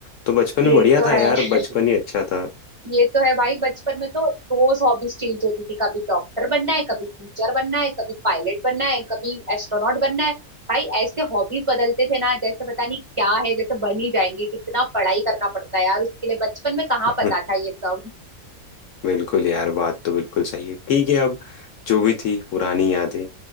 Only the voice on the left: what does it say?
तो बचपन
में बढ़िया
था
यार बचपन ही अच्छा था
हम्म,
बिल्कुल यार बात तो बिल्कुल सही है ठीक है अब जो भी थी पुरानी यादें